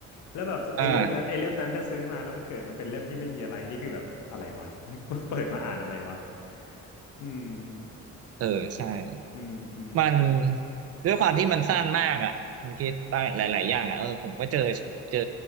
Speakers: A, on the left; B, on the right.
A: แล้วแบบไอ้เล่มนั้นไอ้เล่มนั้นถ้าซื้อมาแล้วมันเกิดมันเป็นเล่มที่ไม่มีอะไรนี่คือแบบอะไรวะ
B: อ่า
A: <laughs> เปิดมาอ่านอะไรวะอืม
B: เออใช่
A: อืมอืม
B: มันด้วยความที่มันสั้นมากอ่ะมันคิดได้หลายๆอย่างอ่ะเออผมก็เจอเจอ